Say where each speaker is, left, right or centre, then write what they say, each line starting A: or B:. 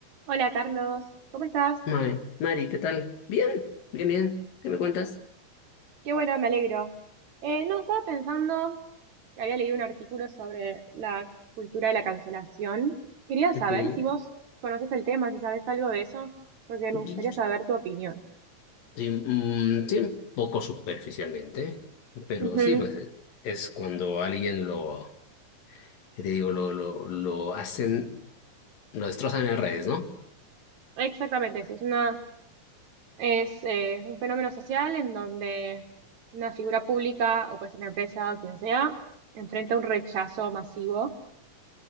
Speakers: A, on the right; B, on the left.
A: Hola Carlos, ¿cómo estás?
B: Mari, Mari, ¿qué tal? Bien, bien, bien. ¿Qué me cuentas?
A: Qué bueno, me alegro. Eh, no, estaba pensando que había leído un artículo sobre la cultura de la cancelación. Quería saber
B: Ujú.
A: si vos conoces el tema, si sabes algo de eso, porque me
B: Y-
A: gustaría saber tu opinión.
B: Sí, mm, sí, un poco superficialmente, pero
A: Ujú,
B: sí, pues eh, es cuando alguien lo, ¿qué te digo, lo, lo, lo hacen, lo destrozan en las redes, ¿no?
A: Exactamente, eso es una, es eh, un fenómeno social en donde una figura pública o puede ser una empresa o quien sea, enfrenta un rechazo masivo